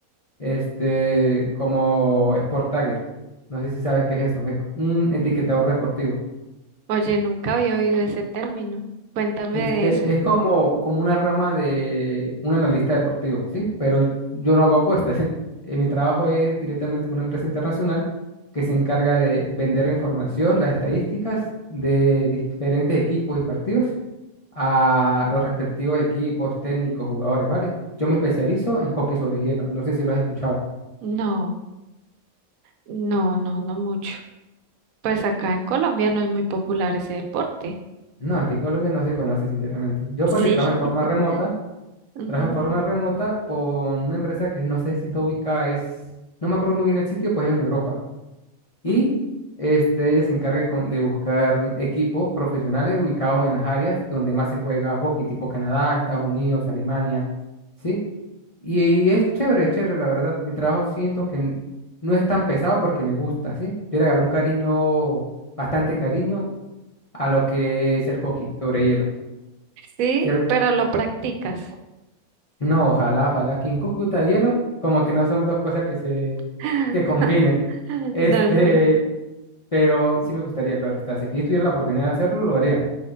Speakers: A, on the left (about 35°); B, on the right (about 75°).
A: este, como Sport Tagger. No sé si sabes qué es eso. Es un etiquetador deportivo.
B: oye, nunca había oído ese término. Cuéntame
A: Este,
B: de eso.
A: es como, como una rama de un analista deportivo, ¿sí? Pero yo no hago apuestas. <laughs> Eh, Mi trabajo es directamente con una empresa internacional que se encarga de vender la información, las estadísticas de diferentes equipos y partidos a los respectivos equipos, técnicos, jugadores, ¿vale? Yo me especializo en hockey sobre hielo. No sé si lo has escuchado.
B: No, no, no, no mucho. Pues acá en Colombia no es muy popular ese deporte.
A: No, aquí en Colombia no se conoce, sinceramente. Yo
B: Sí.
A: porque trabajo de forma
B: <laughs>
A: remota.
B: Ujú,
A: Trabajo de forma remota con una empresa que no sé si está ubicada, es, no me acuerdo muy bien el sitio, pues es en Europa. Y
B: ujú.
A: este, ella se encarga con- de buscar equipos profesionales ubicados en las áreas donde más se juega hockey, tipo Canadá, Estados Unidos, Alemania, ¿sí? Y, y es chévere, es chévere, la verdad. Mi trabajo siento que n- no es tan pesado porque me gusta, ¿sí? Yo le agarré un cariño, bastante cariño a lo que es el hockey sobre hielo.
B: Sí,
A: ¿sí?
B: pero lo practicas.
A: No, ojalá, ojalá. Aquí en Cúcuta y hielo, como que no son dos cosas que se
B: <laughs>
A: que combinen. Este,
B: No, no.
A: pero sí me gustaría, claro está. Si aquí tuviera la oportunidad de hacerlo, lo haría.